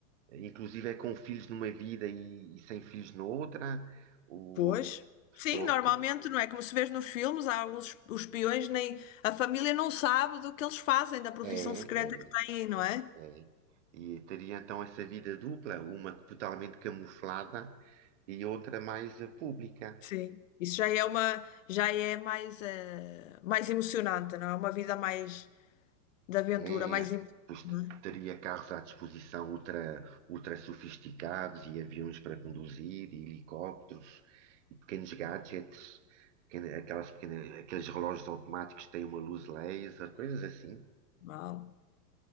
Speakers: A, on the right; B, on the left.
A: inclusive é com filhos numa vida e, e sem filhos noutra. O,
B: Pois, Sim,
A: pronto,
B: normalmente não é como se vê nos filmes, há alguns os peões nem a família não sabe do que eles fazem, da profissão
A: é,
B: secreta
A: é,
B: que têm, não é?
A: é. E teria então essa vida dupla, uma totalmente camuflada e outra mais eh, pública.
B: sim. Isso já é uma, já é mais, eh, mais emocionante, não é? Uma vida mais de aventura,
A: É,
B: mais
A: é.
B: emocionante.
A: pois t-
B: não
A: teria
B: é?
A: carros à disposição ultra, ultra sofisticados e aviões para conduzir, e helicópteros e pequenos gadgets, pequena- aquelas pequena- aqueles relógios automáticos que têm uma luz laser, coisas assim.
B: Uau.